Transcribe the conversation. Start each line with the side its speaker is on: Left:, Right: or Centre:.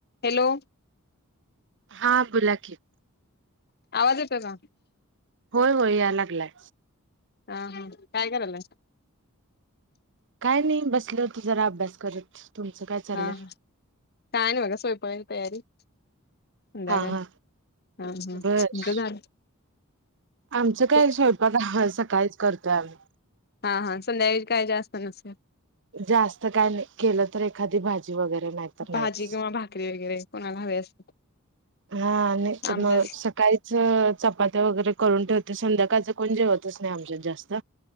Left: Hello
Right: हां बोला क
Left: आवाज येतो का
Right: होय होय याय लागलाय
Left: हा हा काय करारला
Right: काय नाही बसलं तर जरा अभ्यास करत तुमचं काय चाललंय?
Left: हा हा काय नाही बघा सोयपावाने तयारी संध्याकाळी
Right: हा हा
Left: हा हा
Right: बस
Left: तुमचं झालं?
Right: आमचं काय
Left: तू
Right: स्वयंपाक हा सकाळीच करतोय आम्ही,
Left: हा हा संध्याकाळी काय जास्त नसेल,
Right: जास्त काय नाही केलं तर एखादी भाजी वैगरे नाही तर
Left: भाजी
Right: नाहीच.
Left: किंवा भाकरी वैगरे कोणाला हवे असते.
Right: हा आणि तर
Left: आमच्यात
Right: मग सकाळी, चपात्या वगैरे करून ठेवते संध्याकाळचं कोण जेवतच नाही आमच्यात जास्त